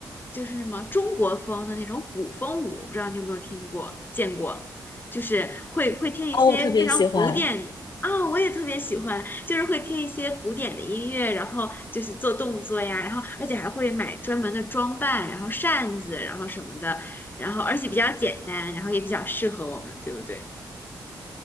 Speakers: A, on the left (about 25°); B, on the left (about 65°).
A: 就是什么中国风的那种古风舞，我不知道你有没有听过见过，就是会会听一些非常古典啊，
B: 哦，我特别喜欢。
A: 我也特别喜欢，就是会听一些古典的音乐，然后就是做动作呀，然后而且还会买专门的装扮，然后扇子，然后什么的，然后而且比较简单，然后也比较适合我们，对不对？